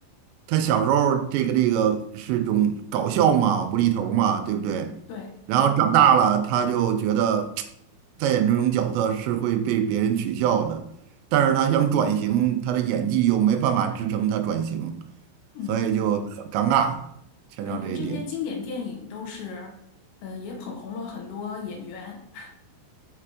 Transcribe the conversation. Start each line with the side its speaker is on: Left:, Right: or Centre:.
Right: 他小时候这个这个是种搞笑嘛，无厘头嘛，对不对？
Left: 对，
Right: 然后长大了，他就觉得再演这种角色是会被别人取笑的，但是他想转型，他的演技又没办法支撑他转型，
Left: 嗯。
Right: 所以就很尴尬，牵扯到这一点。
Left: 感觉这些经典电影都是，呃，也捧红了很多演员。